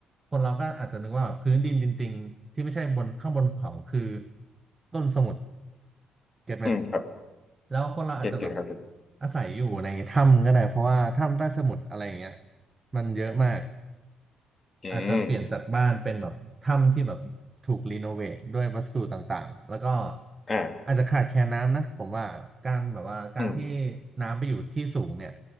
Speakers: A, on the right (about 30°); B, on the left (about 30°).
A: คนเราก็อาจจะนึกว่าพื้นดินจริงๆที่ไม่ใช่บนข้างบนภูเขาคือต้นสมุทรเก็ตไหม
B: อืมครับ
A: แล้วคนเราอาจจะแบบ
B: เก็ตเก็ตครับเก็ต
A: อาศัยอยู่ในถ้ำก็ได้เพราะว่าถ้ำใต้สมุทรอะไรอย่างเงี้ยมันเยอะมาก
B: อืม
A: อาจจะเปลี่ยนจากบ้านเป็นแบบถ้ำที่แบบถูกรีโนเวทด้วยวัสดุต่างๆแล้วก็
B: อ่า
A: อาจจะขาดแคลนน้ำนะผมว่าการแบบว่าการที่
B: อืม
A: น้ำไปอยู่ที่สูงเนี่ย